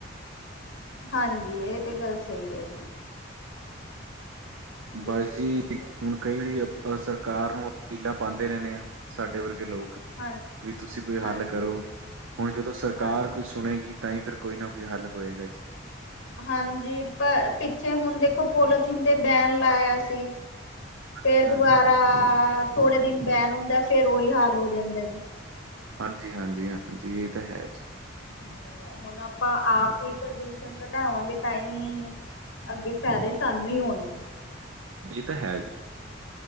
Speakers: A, on the left (about 85°); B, on the right (about 85°).
A: ਹਾਂਜੀ, ਏ ਤੇ ਗੱਲ ਸਈ ਐ ਜੀ। ਬਿਲਕੁਲ
B: ਬਸ ਜੀ
A: ਸਹੀ
B: ਤੇ
A: ਗੱਲ ਹੈ
B: ਹੁਣ ਕਈ ਓ ਬਸ ਸਰਕਾਰ ਨੂੰ ਅਪੀਲਾਂ ਪਾਂਦੇ ਰੈਨੇ ਆਾਂ ਸਾਡੇ ਵਰਗੇ ਲੋਕ
A: ਹਾਂ
B: ਵੀ ਤੁਸੀਂ ਕੋਈ
A: ਹਾਂਜੀ
B: ਹੱਲ ਕਰੋ। ਹੁਣ ਜਦੋਂ ਸਰਕਾਰ
A: ਹਾਂਜੀ
B: ਕੋਈ ਸੁਣੇਗੀ ਤਾਂਈ ਫੇਿਰ ਕੋਈ ਨਾ ਕੋਈ ਹੱਲ ਹੋਏਗਾ ਜੀ।
A: ਹਾਂਜੀ ਪ ਪਿੱਛੇ ਹੁਣ ਦੇਖੋ ਪੋਲੋਥੀਨ ਤੇ ਬੈਨ ਲਾਯਾ ਸੀ
B: ਹਾਂਜੀ,
A: ਫੇਰ
B: ਹਾਂਜੀ,
A: ਦੁਬਾਰਾ ਥੋੜੇ ਦਿਨ ਬੈਨ ਹੁੰਦਾ ਫਿਰ ਉਹੀ ਹਾਲ ਹੋ ਜਾਂਦਾ ਜੀ
B: ਹਾਂਜੀ - ਹਾਂਜੀ- ਹਾਂਜੀ, ਇਹ ਤੇ ਹੈ ਜੀ
A: ਹੈਗੇ ਐ, ਹੁਣ ਆਪਾਂ ਆਪ ਈ ਪ੍ਰਦੂਸ਼ਣ ਘਟਾਵਾਂਗੇ ਤਾਂਈ। ਅੱਗੇ ਫੈਦੇ ਸਾਨੂੰ ਈ ਹੋਣਗੇ।
B: ਏ ਤਾਂ ਹੈ ਜੀ।